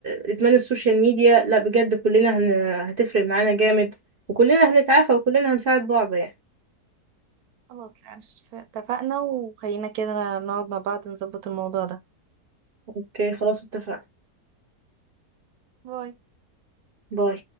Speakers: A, on the right; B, on the right.
A: إدمان السوشيال ميديا لا بجد كلنا هن... هتفرق معانا جامد وكلنا هنتعافى وكلنا هنساعد بعض يعني
B: خلاص يعني اتفقنا وخلينا كده نقعد مع بعض نظبط الموضوع ده
A: اوكي خلاص اتفقنا
B: باي
A: باي